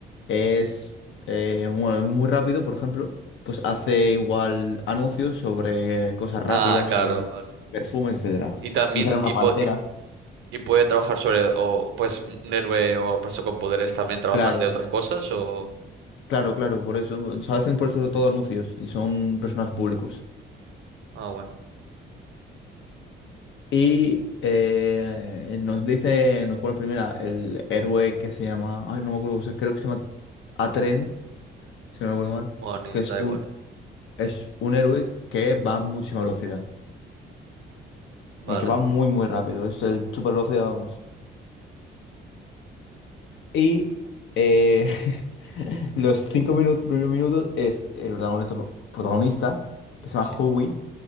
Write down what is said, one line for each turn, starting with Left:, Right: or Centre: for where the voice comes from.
Left: es eh, bueno, muy rápido, por ejemplo, pues hace igual anuncios sobre cosas rápidas,
Right: Ah, claro,
Left: sobre
Right: vale.
Left: perfumes, etcétera.
Right: Y también,
Left: Y sale una
Right: y,
Left: pantera.
Right: po- y- y puede trabajar sobre, o pues un héroe o persona con poderes también trabajan
Left: Claro,
Right: de otras cosas, o...
Left: claro, claro, por eso. O sea, hacen por eso todo anuncios y son personajes públicos.
Right: Ah, bueno.
Left: Y eh, nos dice, nos pone primera el héroe que se llama, ay, no me acuerdo, cómo se- creo que se llama Atren si no recuerdo mal,
Right: Bueno, ni-
Left: que
Right: da
Left: es
Right: igual.
Left: un, es un héroe que va a muchísima velocidad,
Right: Vale,
Left: aunque va muy, muy rápido, es el super velocidad, vamos. Y eh, <laughs> los cinco minutos, primeros minutos es el protagonista, protagonista, que se llama
Right: sí.
Left: Howie,